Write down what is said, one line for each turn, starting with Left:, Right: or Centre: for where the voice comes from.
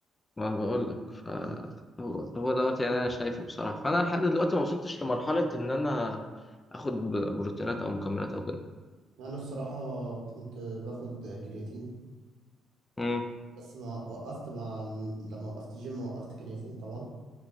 Left: ما بقول لك ف
Right: مم.
Left: هو هو دوت يعني انا شايفه بصراحه فانا لحد دلوقتي ما وصلتش لمرحله ان انا اخد بروتينات او مكملات او
Right: أنا الصراحة كنت باخد كرياتين
Left: كده
Right: بس ما وقفت مع لما وقفت جيم وقفت كرياتين طبعا